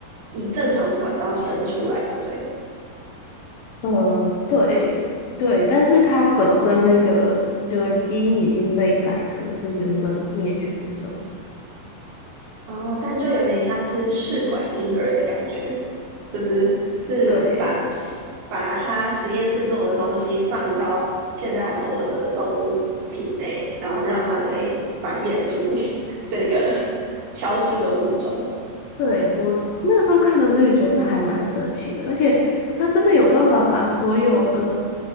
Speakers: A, on the right; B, on the left.
A: 以正常的管道生出来，对不对？
B: 呃，对对，
A: 就是
B: 但是它本身那个就基因已经被改成是原本灭绝的生物。
A: 哦哦，但就有点像是试管婴儿的感觉。就是是把
B: 对，
A: 把它实验室做的东西放到现在还活着的动物体内，然后让它可以繁衍出 <laughs> 这个消失的物种。
B: 对，我那时候看的时候也觉得这还蛮神奇的，而且它真的有办法把所有的